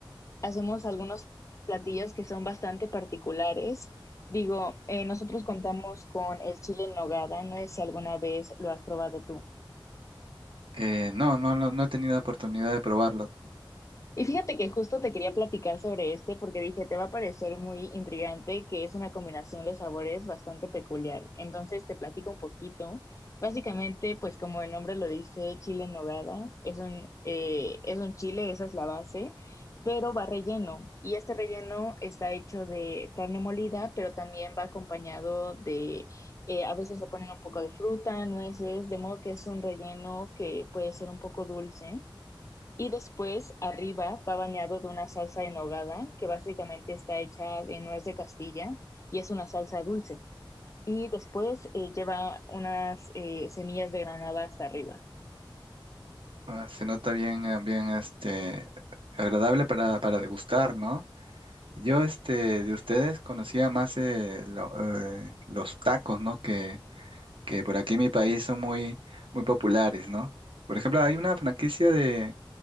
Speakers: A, on the left (about 35°); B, on the right (about 80°).
A: hacemos algunos platillos que son bastante particulares. Digo, eh, nosotros contamos con el chile en nogada, no sé si alguna vez lo has probado tú.
B: Eh, no, no, no, no he tenido oportunidad de probarlos.
A: Y fíjate que justo te quería platicar sobre este porque dije, te va a parecer muy intrigante que es una combinación de sabores bastante peculiar. Entonces te platico un poquito. Básicamente, pues como el nombre lo dice, chile en nogada, es un, eh, es un chile, esa es la base, pero va relleno. Y este relleno está hecho de carne molida, pero también va acompañado de, eh, a veces le ponen un poco de fruta, nueces, de modo que es un relleno que puede ser un poco dulce y después, arriba, va bañado de una salsa en nogada, que básicamente está hecha de nuez de Castilla y es una salsa dulce. Y después eh, lleva unas eh, semillas de granada hasta arriba.
B: Ah, se nota bien, eh, bien, este, agradable para, para degustar, ¿no? Yo, este, de ustedes conocía más eh, lo- eh, los tacos, ¿no? Que, que por aquí en mi país son muy, muy populares, ¿no? Por ejemplo, hay una franquicia de,